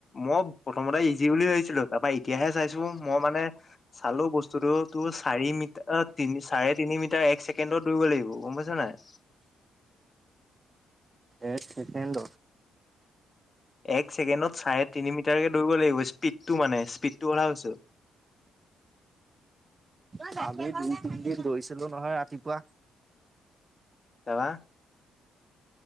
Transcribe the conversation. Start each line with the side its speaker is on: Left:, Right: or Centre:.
Left: মই প্ৰথমতে ইজি বুলি ভাবিছিলো, তা পা এতিয়াহে চাইছো মই মানে চালো, বস্তুটো তোৰ চাৰি মিটাৰ তিনি চাৰে তিনি মিটাৰ এক ছেকেণ্ডত দৌৰিব লাগিব গম পাইছ নাই।
Right: এক চেকেণ্ডত।
Left: এক ছেকেণ্ডত চাৰে তিনি মিটাৰকে দৌৰিব লাগিব। পীডটো মানে, স্পীডটো কথা কৈছো।
Right: <unintelligible> আমি দুই তিনিদিন দোৰিছিলো নহয় ৰাতিপুৱা।
Left: তা পা।